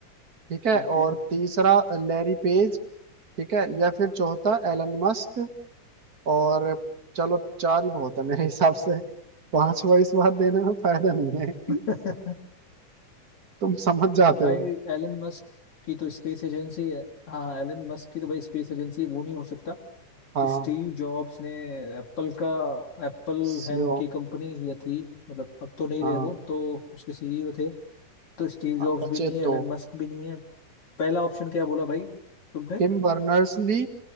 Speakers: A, on the right; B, on the left.
A: ठीक है
B: ठीक
A: और
B: है
A: तीसरा लैरी पेज ठीक है या फिर चौथा एलन मस्क और चलो चार ही बहुत है मेरे हिसाब से पांचवा इस बार देने में फायदा नहीं है
B: <laughs>
A: <laughs> तुम समझ जाते
B: भाई
A: हो
B: एलन मस्क की तो स्पेस एजेंसी है हाँ हाँ, एलन मस्क की तो भाई स्पेस एजेंसी है वो नहीं हो सकता
A: हाँ
B: स्टीव जॉब्स ने एप्पल का एप्पल
A: सीओ
B: है उनकी कंपनी या थी मतलब अब तो नहीं
A: हाँ
B: रहे वो तो उसके सीईओ थे तो स्टीव जॉब्स
A: अब बचे
B: भी नहीं है
A: दो
B: एलन मस्क भी नहीं है पहला ऑप्शन क्या बोला भाई तुमने
A: टिम बर्नर्स ली